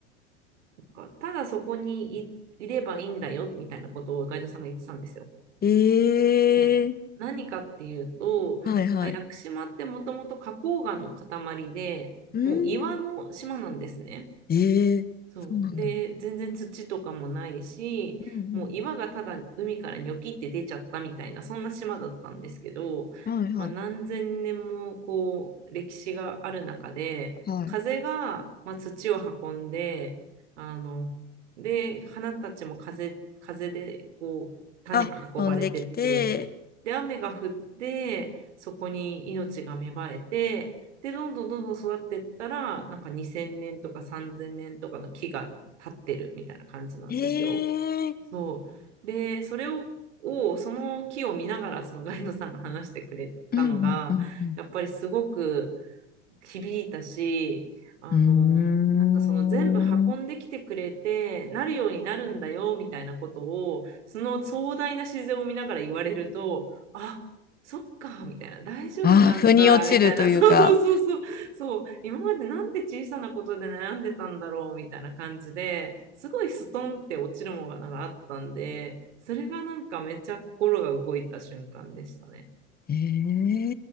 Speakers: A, on the right; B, on the left.
A: なんかただそこにい、いればいいんだよみたいなことをガイドさんが言ってたんですよ。
B: ええ
A: ね何かっていうと、
B: はいはい。
A: まあ屋久島ってもともと花崗岩の塊で、
B: うん。
A: もう岩の島なんですね。
B: ええそうなんだ。
A: そう。で、全然土とかもないし、
B: うん
A: もう岩がただ海からニョキって出ちゃったみたいな、そんな島だったんですけど、
B: うん。はいはい。
A: まあ、何千年もこう歴史がある中で、
B: はい。
A: 風が、まあ、土を運んで、あの、で、花たちも風、風でこう種が運ばれてって、
B: あ、飛んできて、
A: で、雨が降って、そこに命が芽生えて、で、どんどんどんどん育っていったら、なんか2000年とか3000年とかの木が立ってるみたいな感じなんですよ。
B: ええ。
A: そう。で、それを、をその木を見ながら、そのガイドさんが話してくれたのが、
B: うんうんうん
A: やっぱりすごく、響いたし、あの、
B: うん。
A: なんかその全部運んできてくれて、
B: うーん。
A: なるようになるんだよ、みたいなことを、その壮大な自然を見ながら言われると、あ、そっか、みたいな、大丈夫なんだ、
B: ああ、腑に落ちるというか。
A: みたいな、そうそうそうそう、そう、今までなんて小さなことで悩んでたんだろう、みたいな感じで、すごいストンって落ちるものがあったんで、それがなんかめっちゃ心が動いた瞬間でしたね。
B: ええ